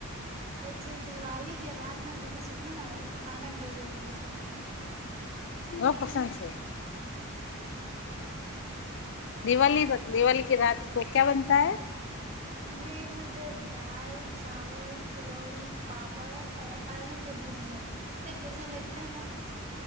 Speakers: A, on the right; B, on the left.
A: आ जे दिवालीके रातिमे बनै छथिन ने ओ खाना गजब रहै छथिन
B: न पसन्द छै दिवाली दिवाली क रात को क्या बनता है
A: हमरे इधर ते दालि चावल तिलौरी पापड़ और आलू के भुजिया य गजबे लगते है